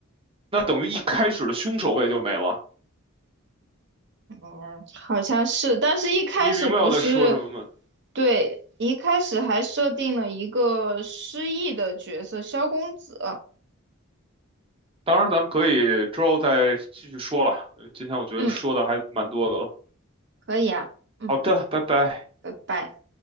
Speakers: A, on the right; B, on the right.
A: 那等于一开始的凶手位就没了。
B: 哦，好像是，但是一开始不是，
A: 你明白我在说什么吗？
B: 对，一开始还设定了一个失忆的角色萧公子。
A: 当然，咱们可以之后再继续说了。呃今天我觉得说的还蛮多的了。
B: 嗯，可以啊。嗯，
A: 好的，拜拜。
B: 拜拜。